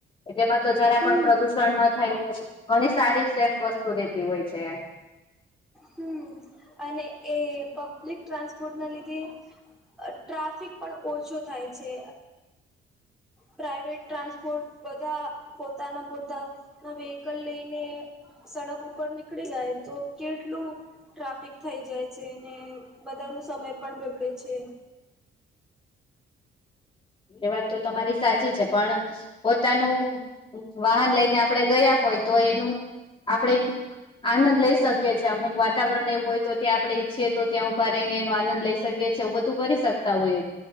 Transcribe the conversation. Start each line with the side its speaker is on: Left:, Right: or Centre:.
Left: <unintelligible> એમાં તો જરા
Centre: હમ
Left: પણ પ્રદુષણ ન થાય ઘણી સારી સેફ વસ્તુ રહેેતી હોય છે.
Centre: હમ અને એ પબ્લિક ટ્રાન્સપોર્ટના લીધે- ટ્રાફિક પણ ઓછો થાય છે. પ્રાઇવેટ ટ્રાન્સપોર્ટ બધા પોતાના પોતાના હવે વિહિકલ લઈને સડક ઉપર નીકળી જાય તો કે એટલું ટ્રાફિક થઈ જાય છે ને બધાનો સમય પણ બગડે છે.
Left: એ વાત તો તમારી સાચી છે પણ પોતાનું વાહન લઈને આપણે ગયા હોય તો એનું આપણેે આનંદ લઈ શકીએ એ અમુક વાતાવરણ એવુ હોય તો ત્યાં આપણે ઈચ્છીએ તો ત્યાં ઉભા રહીને એનો આનંદ લઈ શકીએ. એ બધું કરી સકતા હોઈએ